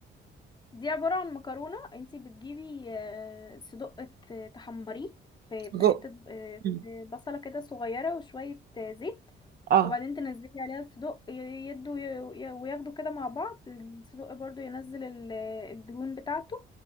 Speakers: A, on the left; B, on the right.
A: دي عبارة عن مكرونة انتي بتجيبي آه، صدق ت- تحمريه في
B: سجق
A: في حتة آه، في
B: مم.
A: بصلة كده صغيرة وشوية آه، زيت
B: اه
A: وبعدين تنزلي عليها الصدق ي- يدوا ي- وياخدوا كده مع بعض الصدق برضو ينزل ال- الدهون بتاعته